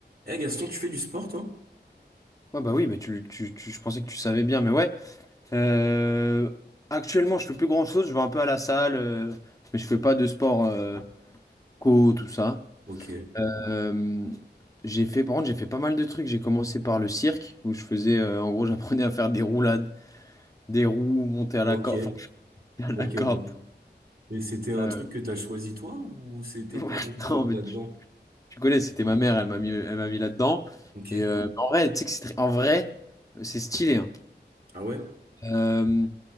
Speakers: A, on the right (about 55°); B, on the left (about 20°).
A: Eh Gaston, tu fais du sport, toi?
B: Ouais, bah oui, mais tu, tu, tu- je pensais que tu savais bien, mais ouais. Euh, actuellement, je fais plus grand-chose, je vais un peu à la salle, euh, mais je fais pas de sport euh, co, tout ça.
A: Ok,
B: Euh, j'ai fait, par contre, j'ai fait pas mal de trucs. J'ai commencé par le cirque, où je faisais, euh, en gros, <laughs> j'apprenais à faire des roulades, des roues, monter à
A: ok,
B: la corde, enfin, <laughs> à la
A: ok,
B: corde.
A: ok. Et c'était un
B: Euh,
A: truc que t'as choisi toi ou c'est tes
B: <laughs>
A: parents qui t'ont
B: non,
A: mis
B: mais
A: là-dedans?
B: tu, tu connais, c'était ma mère, elle m'a mis, elle m'a mis là-dedans.
A: Ok.
B: Et euh, en vrai, tu sais que c'est très- en vrai, c'est stylé. hein.
A: Ah ouais?
B: Euh,